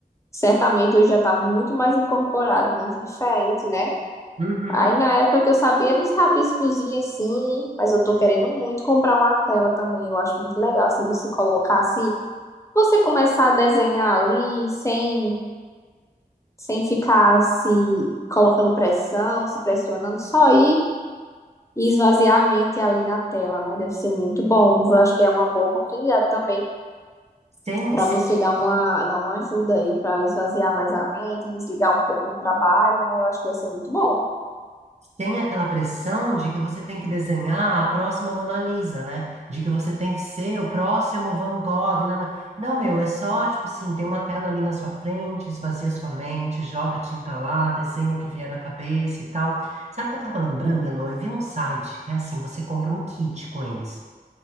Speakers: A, on the left (about 20°); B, on the right (about 45°).
A: Certamente hoje já está muito mais incorporado, muito diferente, né?
B: Uhum.
A: Aí na época que eu sabia, eram uns rabiscozinhos assim, mas eu tô querendo muito comprar uma tela também. Eu acho muito legal, assim, você colocar assim, você começar a desenhar ali sem sem ficar se colocando pressão, se pressionando, só ir e esvaziar a mente ali na tela, né? Deve ser muito bom. Eu acho que é uma boa oportunidade também
B: Sem,
A: para
B: sem...
A: você dar uma, dar uma ajuda aí para esvaziar mais a mente, desligar um pouco do trabalho, né? Eu acho que vai ser muito bom.
B: Sem aquela pressão de que você tem que desenhar a próxima Mona Lisa, né? De que você tem que ser o próximo Van Gogh. nana. Não, meu, é só, tipo assim, tem uma tela ali na sua frente, esvazia sua mente, joga tinta lá, desenha o que vier na cabeça e tal. Sabe o que eu tava lembrando, Elo? Eu vi um site que é assim, você compra um kit com eles.